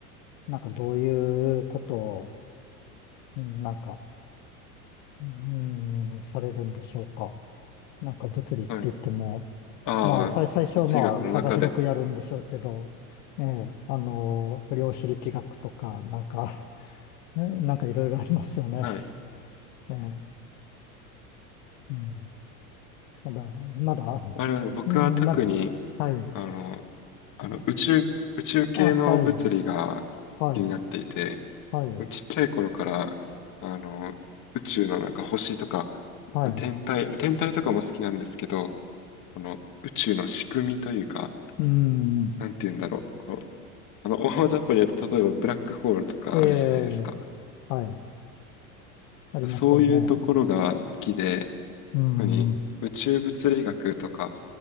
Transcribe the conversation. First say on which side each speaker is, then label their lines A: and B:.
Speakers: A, on the left; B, on the left.
A: なんかどういうことを、うんなんか、うーん、されるんでしょうか。なんか物理って言っても、
B: はい。ああ、
A: まあ、最、最初はまあ、
B: 物理学の中で。
A: 幅広くやるんでしょうけど、ええ、あの、量子力学とか、なんか、えなんかいろいろありますよね。
B: はい。
A: ええ、うん。ただ、まだ、
B: あれは、僕は特に、
A: うん、まだ、はい。
B: あの、あの、宇宙、宇宙系の物理が気になっていて、
A: あ、はい、はい、はい、
B: ちっちゃい頃から、あの、宇宙のなんか星とか、
A: はい。
B: 天体、天体とかも好きなんですけど、この宇宙の仕組みというか、
A: うん、
B: なんて言うんだろう。こう、あの、大雑把に言うと、例えばブラックホールとかあるじゃないですか。
A: ええ、はい、ありますよね。
B: そういうところが好きで、
A: うん、
B: 特に宇宙物理学とか